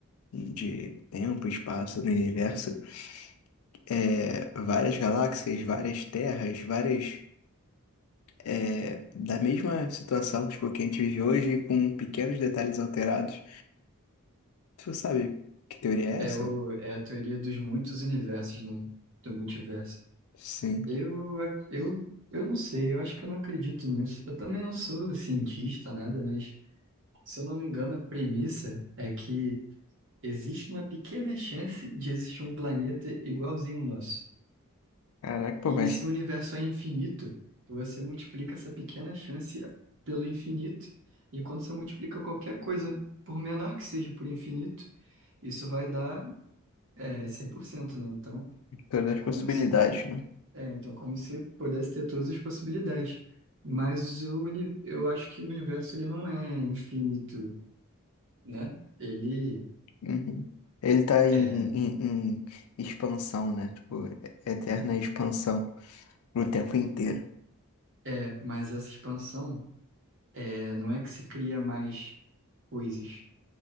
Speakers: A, on the left; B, on the right.
A: de tempo, espaço no universo, é, várias galáxias, várias terras, várias. é, da mesma situação tipo, que a gente vive hoje, com pequenos detalhes alterados. Tu sabe que teoria é
B: É,
A: essa?
B: o, é a teoria dos muitos universos, né? Do multiverso.
A: Sim.
B: Eu, ac- eu, eu não sei, eu acho que eu não acredito nisso. Eu também não sou cientista, nada, mas se eu não me engano, a premissa é que existe uma pequena chance de existir um planeta igualzinho ao nosso.
A: Caraca, pô,
B: E
A: mas
B: se o universo é infinito, você multiplica essa pequena chance pelo infinito, e quando você multiplica qualquer coisa, por menor que seja, por infinito, isso vai dar é, 100%, né? Então,
A: todas
B: é como
A: as possibilidades,
B: se,
A: né?
B: é, então, como se pudesse ter todas as possibilidades. Mas o, uni- eu acho que o universo ele não é infinito, né? Ele
A: Uhum. Ele tá em,
B: é,
A: em, em expansão, né? Tipo, e- eterna expansão o tempo inteiro.
B: é, mas essa expansão é, não é que se cria mais coisas.